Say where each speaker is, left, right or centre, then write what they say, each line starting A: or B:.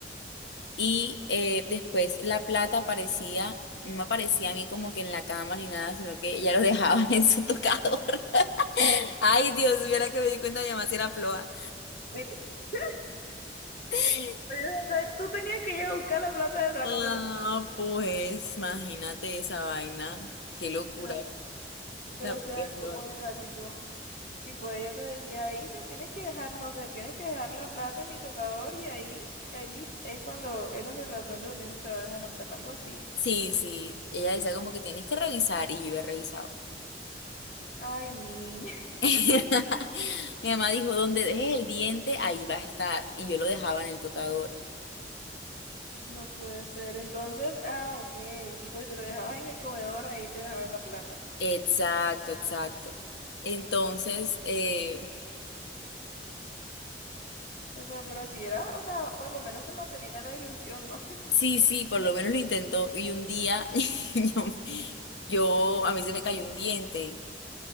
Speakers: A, on the left; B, on the left.
A: Y eh, después la plata aparecía, no me aparecía a mí como que en la cama ni nada, sino que ella lo dejaba <laughs> en su tocador. <laughs> Ay, Dios, viera que me di cuenta, mi mamá si era floja.
B: Sí. <laughs>
A: <laughs> Entonces,
B: O sea, tú tenías que ir a buscar la plata del ratón
A: ah,
B: de los...
A: pues, imagínate esa vaina. Qué locura,
B: Pero, pero,
A: la propia
B: o sea,
A: floja.
B: ¿cómo era, tipo? Tipo, ella te decía, Isa, tienes que dejar, no sé, tienes que dejar la plata en mi tocador y ahí, ahí es cuando, es donde el ratón de los dientes te va a dejar la plata, algo así.
A: Sí, sí, ella decía como que tienes que revisar y yo revisaba.
B: Ay, niña, <laughs>
A: <laughs> Mi mamá dijo, donde dejes el diente, ahí va a estar. Y yo lo dejaba en el tocador.
B: no puede ser. Entonces, ah, ok, tipo, si lo dejabas en el comedor, ahí te dejaban la plata.
A: Exacto, exacto. Entonces, eh,
B: O sea, pero así era, o sea, por lo menos te mantenía la ilusión, ¿no? <laughs>
A: sí, sí, por lo menos lo intentó y un día <laughs> yo, yo- a mí se me cayó un diente.